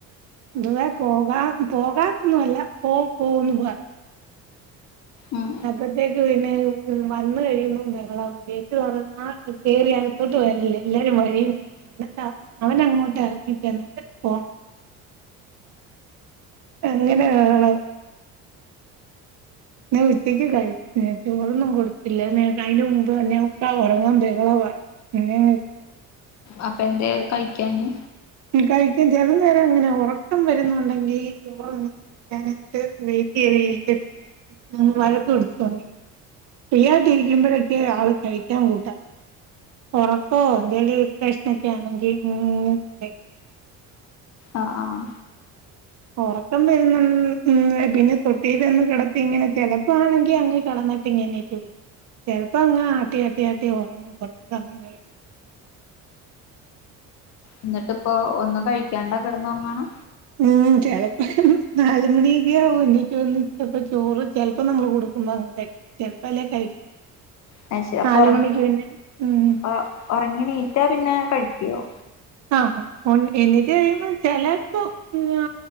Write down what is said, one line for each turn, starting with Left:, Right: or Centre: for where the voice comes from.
Right: ട്റേ പോകാം പോകാന്നൊന്നുവല്ല പോ പോന്ന് പറയും
Left: ഉം
Right: അപ്പത്തേക്ക് പിന്നെ വന്ന് കഴിയുമ്പം ബഹളാ ഗേറ്റ്‌ തൊറന്നാ കേറിയക ത്തോട്ട് വരല്ലേ എല്ലാരും വഴീനിന്നോണം എന്നട്ട് അവ അവനങ്ങോട്ടെറങ്ങിചെന്നിട്ട് പോണം അങ്ങനെ ബഹളം പിന്നെ ഉച്ചയ്ക്ക് കഴി ചോറൊന്നും കൊടുത്തില്ല നേ അയിനു മുമ്പ്തന്നെ ഒക്കെ ഒറങ്ങാൻ ബഹളവാ പിന്നെ അങ്ങ് <unintelligible>
Left: അപ്പൊ എന്തെകഴിക്കാഞ്ഞ്
Right: ഉം കഴിക്കും ചെലനേരം അങ്ങനാ ഒറക്കം വരുന്നൊണ്ടങ്കി ചോറൊന്നും വേ ഞാൻ എന്നിട്ട് വെയിറ്റ് ചെയ്ത് <unintelligible> ‌ വഴക്ക് പിടിച്ചു <unintelligible> ഫ്രീയായിട്ടിരിക്കുമ്പഴൊക്കെയേ ആള് കഴിക്കാൻ കൂട്ടാ ഒറക്കോ എന്തേലും ഇറിട്ടേഷനൊക്കെയാണെങ്കി ഇങ്ങനെകരയും
Left: ആഹ് ആഹ് ആഹ്
Right: ഒറക്കം വര്ന്ന ഉം പിന്നെ തൊട്ടിലൊന്ന് കെടത്തിയിങ്ങനെ ചെലപ്പാണെങ്കി അങ്ങ് കെടന്ന പിന്നെ <unintelligible> ചെലപ്പോ അങ്ങ് ആട്ടി ആട്ടി ആട്ടി ഒറങ്ങും കൊറച്ച് സമയം കഴിയുമ്പം
Left: എന്നിട്ടിപ്പോ ഒന്നും കഴിക്കാണ്ട കെടന്നൊറങ്ങണ്
Right: ഉം ചെലപ്പൊ നാലുമണിയൊക്കെയാവും എണ്ണീറ്റ് വന്ന് <unintelligible> ചോറ് ചെലപ്പം നമ്മള് കൊടുക്കുമ്പങ്ങ് കഴിക്കും ചെലപ്പല്ലെ കഴിക്കത്തില്ല
Left: അത് ശെരി അപ്പൊ
Right: നാല്
Left: ഒറങ്ങി
Right: മണിക്ക് പിന്നെ ഉം
Left: ഓ ഒറങ്ങിഎണീറ്റാ പിന്നെ കഴിക്കുവോ
Right: ആഹ് ആഹ് <unintelligible> എണ്ണീറ്റ് കഴിയുമ്പോ ചെലപ്പോ ഞ്ഞാ